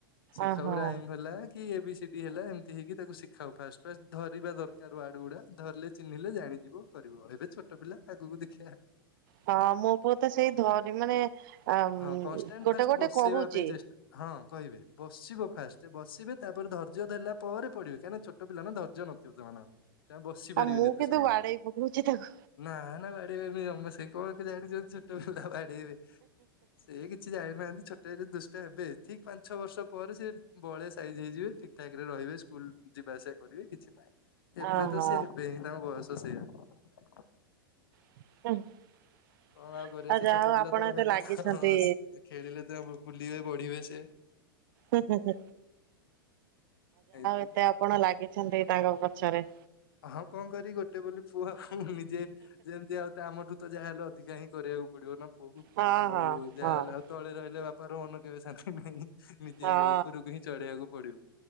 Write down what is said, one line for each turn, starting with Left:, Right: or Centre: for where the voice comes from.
Left: ଶିଖାଉ
Right: ଓହୋ
Left: ରାଇମ ହେଲା କି ଏ ବି ସି ଡି ହେଲା ଏମିତି ହେଇକି ତାକୁ ଶିଖାଉ ଫାଷ୍ଟ ଫାଷ୍ଟ ଧରିବା ଦରକାର ୱାର୍ଡ ଗୁଡା ଧରିଲେ ଚିହ୍ନିଲେ ଜାଣିଯିବ କରିବ ଏବେ ଛୋଟ ପିଲା ଆଗକୁ ଦେଖିଆ
Right: ହୁଁ। ହଁ ମୋ ପୁଅ ତ ସେଇ ଧରି ମାନେ ଆମ୍
Left: ହଁ କନଷ୍ଟାଣ୍ଟ
Right: ଗୋଟେ
Left: ଫାଷ୍ଟ
Right: ଗୋଟେ
Left: ବସେଇବା
Right: କହୁଚି।
Left: ପାଇଁ ଚେଷ୍ଟା ହଁ କହିବେ ବସିବ ଫାଷ୍ଟ ବସିବେ, ତାପରେ ଧର୍ଯ୍ୟ ଧଇଲା ପରେ ପଢିବେ କାଇଁନା ଛୋଟ ପିଲା ନା ଧର୍ଯ୍ୟ ନଥିବ ସେମାନଙ୍କ ସେ ଆଉ ବସି ପାରିବେନି
Right: ମୁଁ
Left: ଏତେ
Right: କିନ୍ତୁ
Left: ସମୟ।
Right: ବାଡେଇ ପକଉଛି ତାକୁ
Left: ନା ନା ବାଡ଼ି ଫାଡି ଜମା ସେ କଣ ଏତେ ଜାଣିଛନ୍ତି ଛୋଟ ବାଡ଼େଇବେ ସେ କିଛି ଜାଣିନାହାନ୍ତି ଛୋଟରେ ଦୁଷ୍ଟ ହେବେ ଠିକ ପାଞ୍ଚ ଛଅ ବର୍ଷ ପରେ ସେ ବଳେ ସାଇଜ୍ ହେଇଯିବେ ଠିକ ଠାକରେ ରହିବେ, ସ୍କୁଲ ଯିବା ଆସିବା କରିବେ କିଛି ନାହିଁ। ଏବେ
Right: ଓହୋ।
Left: ତ ସିଏ ହେବେ ହେ ତାଙ୍କ ବୟସ ସେଇଆ।
Right: <inaudible>
Left: କଣ ଆଉ କରିବେ ସେ
Right: ଯାହା
Left: ଛୋଟ
Right: ହଉ
Left: ପିଲା
Right: ଆପଣ
Left: ତ
Right: ଏତେ
Left: ହେବେ
Right: ଲାଗିଛନ୍ତି
Left: ତ ହଁ ସେ ଖେଳିଲେ ଯେତେ ବୁଲିବେ ବଢିବେ ସ
Right: ଆଉ ଯାହା ହଉ
Left: ସେଇଥିପାଇଁ
Right: ଏତେ ଆପଣ ଲାଗିଛନ୍ତି ତାଙ୍କ ପ ଛରେ।
Left: ହଁ କଣ କରିବି ଗୋଟେ ବୋଲି ପୁଅ ହୁଁ-ହୁଁ ନିଜେ ଯେମତି ଆଉ ଆମଠୁ ତ ଯାହାହେଲେ ଅଧିକା ହିଁ କରିବାକୁ ପଡିବ ନା ପୁଅ କୁ
Right: ହଁ
Left: ଆଉ
Right: ହଁ
Left: ଯାହାହେଲେ
Right: ହଁ
Left: ଆଉ ତଳେ ରହିଲେ ବାପାର ମନ କେବେ ଶାନ୍ତି ନାହିଁ। ନିଜେ
Right: ହଁ
Left: ଉପରକୁ ହିଁ ଚଢେଇଆକୁ ପଡିବ।